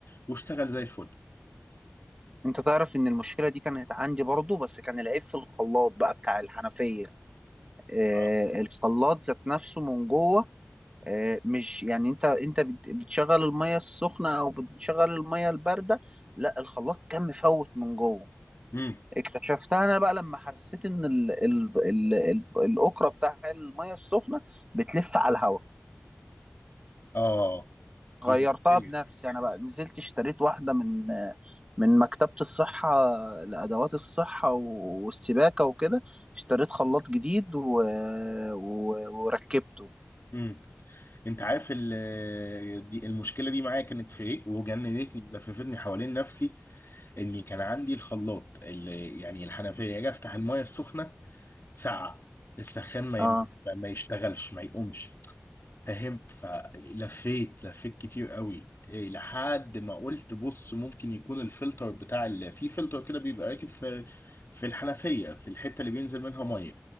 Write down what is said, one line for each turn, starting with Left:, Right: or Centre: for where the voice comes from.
Left: واشتغل زي الفل
Right: انت تعرف ان المشكله دي كانت عندي برضو بس كان العيب في الخلاط بقى بتاع الحنفيه آه
Left: اه
Right: الخلاط ذات نفسه من جوه آه مش يعني انت انت بت- بتشغل الميه السخنه او بتشغل الميه البارده لا الخلاط كان مفوت من جوه
Left: امم
Right: اكتشفتها انا بقى لما حسيت ان ال ال ال ال الاكره بتاع الميه السخنه بتلف على الهواء
Left: اه
Right: غيرتها
Left: دي مشكله
Right: بنفسي انا بقى نزلت اشتريت واحده من من مكتبة الصحة لأدوات الصحة و- والسباكة وكده اشتريت خلاط جديد و... و... وركبته
Left: امم انت عارف ال- دي المشكله دي معايا كانت في ايه وجننتني لففتني حوالين نفسي اني كان عندي الخلاط اللي يعني الحنفيه اجي افتح المايه السخنه ساقعه السخان ما
Right: اه
Left: يم- ما يشتغلش ما يقومش فهمت فلفيت لفيت كتير قوي إيه لحد ما قلت بص ممكن يكون الفلتر بتاع ال... في فلتر كده بيبقى راكب في في الحنفيه في الحته اللي بينزل منها ميه